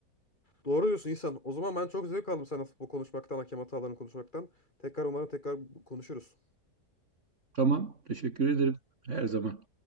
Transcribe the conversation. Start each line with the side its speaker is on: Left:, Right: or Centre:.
Left: Doğru diyorsun İhsan. O zaman ben çok zevk aldım seninle futbol konuşmaktan, hakem hatalarını konuşmaktan. Tekrar umarım tekrar konuşuruz.
Right: Tamam. Teşekkür ederim. Her zaman.